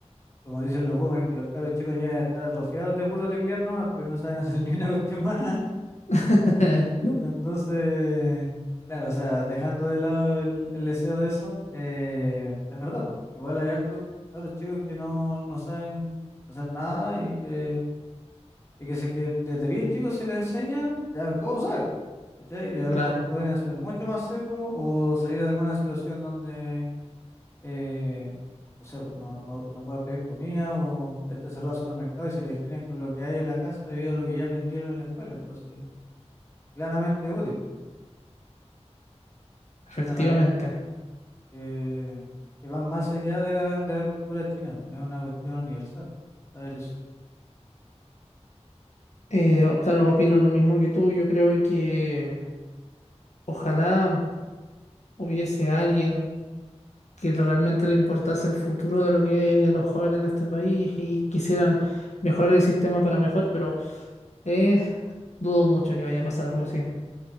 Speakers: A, on the left (about 25°); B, on the left (about 80°).
A: Como dicen los boomers, que los caros chicos ya están atrofiados de puro teclear nomás, pues no saben hacer <laughs> ni una cuestión más.
B: <laughs>
A: <laughs>
B: No.
A: Entonces, claro, o sea, dejando de lado el, el deseo de eso, eh, es verdad, po, igual hay hartos caros chicos que no, no saben hacer nada y que, y que, se, que desde bien chicos se les enseña, ya todos saben, ¿cachai? Y a lo
B: Claro,
A: mejor pueden hacer mucho más seco o salir de alguna situación donde eh, no sé, pues, no, no, no puedan pedir comida o esté cerrado el supermercado y se les generen con lo que hay en la casa debido a lo que ya aprendieron en la escuela. Entonces, claramente es útil. Son
B: efectivamente.
A: herramientas que, que van más allá de la, de la cultura china, pues, Es una cuestión universal. Saber eso.
B: Eh, o- claro, opino lo mismo que tú. Yo creo que ojalá hubiese alguien que realmente le importase el futuro de lo que los jóvenes de este país y quisieran mejorar el sistema para mejor, pero Eh, dudo mucho que vaya a pasar algo así.